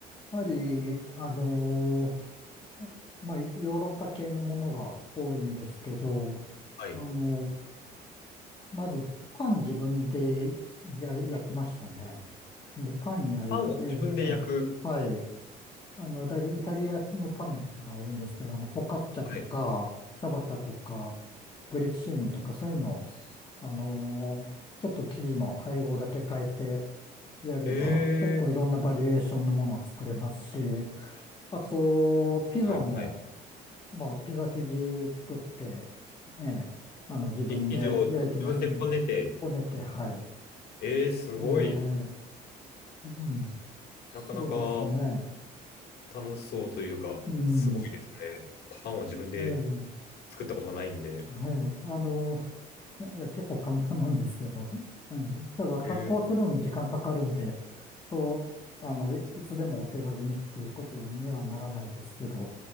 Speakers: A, on the left; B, on the left.
A: ぱり、あのーまあ、ヨーロッパ系のものが多いんですけど、
B: はい。
A: あのまず、パン自分でや焼きましたね。で、パン焼いて、
B: パンを自分で焼く。
A: ええはい。あの、大体イタリアのパンが多いんですけど、あの、フォカッチャとか、
B: はい。
A: チャバタとか、グリッシーニとか、そういうのを、あのーちょっと生地の配合だけ変えてやれば、
B: え
A: 結構いろんなバリエーションのものを作れますし、あと、ピザも、
B: ー、はいはい。
A: まあ、ピザ生地作って、ええ、あの、自分で焼いてましたね。
B: い生地を自分でこねて、
A: こねて、はい。
B: えー、すごい。
A: ええ、うん、そうですね。
B: なかなか楽しそうというか、
A: うん、
B: すごいですね。パンを自分で
A: ええ、
B: 作ったことがないんで。
A: はい、あの、いや、結構簡単なんですけど、うん、ただ発酵するのに時間かかるんで、
B: えー、
A: そう、あの、いいつでもお手軽にっていうことにはならないですけど、